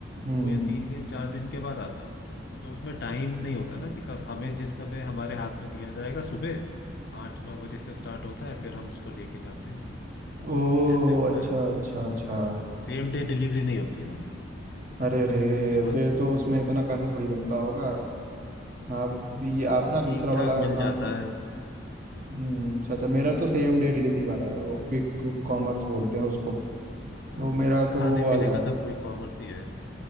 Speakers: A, on the right; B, on the left.
A: हम्म
B: दो या तीन दिन चार दिन के बाद आता है तो उसमें टाइम नहीं होता ना कि कब हमें जिस समय हमारे हाथ में दिया जाएगा सुबह आठ नौ बजे से स्टार्ट होता है फिर हम उसको लेके जाते हैं
A: ओ
B: ऐसे होता
A: अच्छा
B: है
A: अच्छा अच्छा
B: सेम डे डिलीवरी नहीं होती है ना
A: अरे रे
B: तो वैसी बात
A: फिर
B: है
A: तो उसमें इतना पैसा थोड़ी बनता होगा आप भी आप ना
B: ठीक
A: दूसरा
B: ठाक
A: वाला
B: मिल
A: काम
B: जाता है
A: हम्म अच्छा अच्छा मेरा तो सेम डे डिलीवरी वाला है वो क्विक कॉमर्स बोलते हैं उसको
B: हाँ
A: वो मेरा
B: वो तो खाने
A: तो वो वाला
B: पीने का
A: है
B: तो कोई कॉमर्स ही है